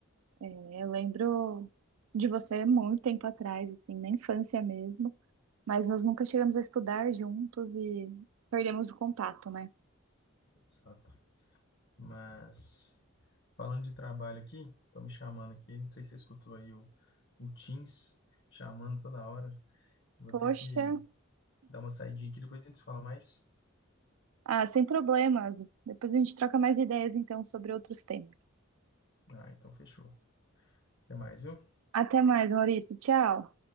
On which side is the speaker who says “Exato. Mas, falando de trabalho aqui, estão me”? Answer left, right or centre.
Left